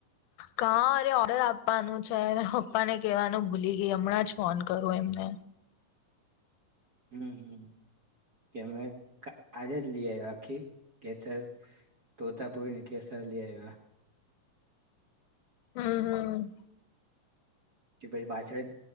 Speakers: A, on the left; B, on the right.
A: કા અરે ઓર્ડર આપવાનું છે પપ્પા ને કેહેવાનું ભૂલી ગઈ હમણાં જ ફોન કરો એમને
B: હમ, હમ કે મેમે આજે જ લઈ આવ્યા આખી કેસર, તોતાપૂરીને, કેસર લઈ આવ્યા
A: હમ, હમ
B: કે પછી પાછળ